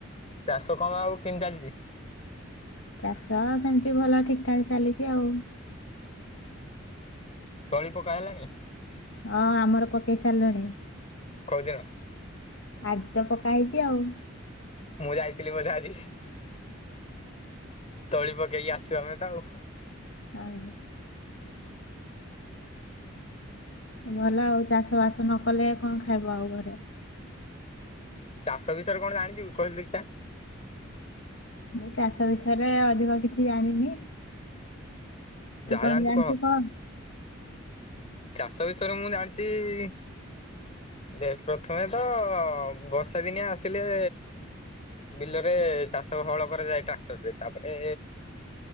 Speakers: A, on the left; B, on the left.
A: ଚାଷ କାମ ଆଉ କିମିତି ଚାଲିଚି?
B: ଚାଷ ସେମିତି ଭଲ ଠିକ୍ ଠାକ୍ ଚାଲିଚି ଆଉ।
A: ତଳି ପକା ହେଲାଣି?
B: ହଁ ଆମର ପକେଇ ସାରିଲୁଣି।
A: କୋଉଦିନ?
B: ଆଜି ତ ପକା ହେଇଛି ଆଉ।
A: ମୁଁ ଯାଇଥିଲି ବୋଧେ ଆଜି ତଳି ପକେଇକି ଆସିଚୁ ଆମେ ତ ଆଉ
B: ଆଭି ଭଲ ଆଉ ଚାଷ ବାସ ନ କଲେ କଣ ଖାଇବ ଆଉ ଘରେ।
A: ଚାଷ ବିଷୟରେ କଣ ଜାଣିଚୁ କହିଲୁ ଦେଖିଆ?
B: ମୁଁ ଚାଷ ବିଷୟରେ ଅଧିକ କିଛି ଜାଣିନି।
A: ଯାହା
B: ତୁ କଣ
A: ଜାଣିଛୁ
B: ଜାଣିଚୁ କହ?
A: ଚାଷ ବିଷୟରେ ମୁଁ ଜାଣିଚି ଦେଖ ପ୍ରଥମେ ତ ବର୍ଷା ଦିନିଆ ଆସିଲେ ବିଲରେ ଚାଷ ହଳ କରାଯାଏ ଟ୍ରାକ୍ଟର ରେ, ତାପରେ